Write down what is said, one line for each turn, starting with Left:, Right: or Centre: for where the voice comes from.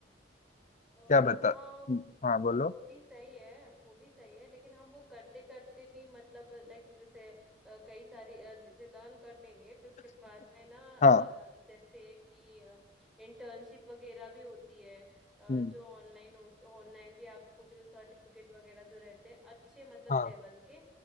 Centre: अ,
Left: क्या बता
Centre: हाँ वो
Left: हम्म, हाँ बोलो
Centre: वो भी सही है वो भी सही है लेकिन हम वो करते करते भी मतलब लाइक जैसे अ, कई सारी अ, जैसे लर्न कर लेंगे फिर उसके बाद में ना अ,
Left: हाँ
Centre: जैसे कि इंटर्नशिप वगैरह भी होती है अ,
Left: हम्म,
Centre: जो ऑनलाइन होते ऑनलाइन भी आपको जैसे सर्टिफिकेट वगैरह जो रहते हैं अच्छे मतलब
Left: हाँ
Centre: लेवल के